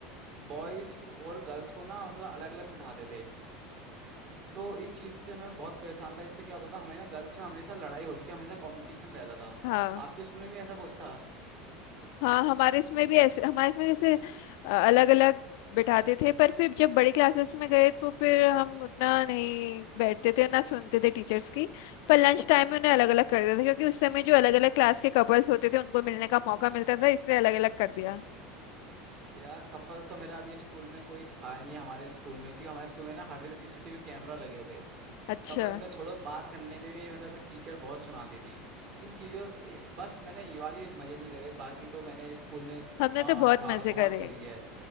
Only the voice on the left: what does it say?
हाँ
हाँ हमारे इसमें भी ऐसे हमारे इसमें जैसे अलग अलग बैठाते थे पर फिर जब बड़ी क्लासेस में गए तो फिर हम उतना नहीं बैठते थे ना सुनते थे टीचर्स की पर लंच टाइम में उन्हें अलग अलग कर देते थे क्योंकि उस समय जो अलग अलग क्लास के कपल्स होते थे उनको मिलने का मौका मिलता था इसलिए अलग अलग कर दिया
अच्छा
हमने
तो बहुत
मजे
करे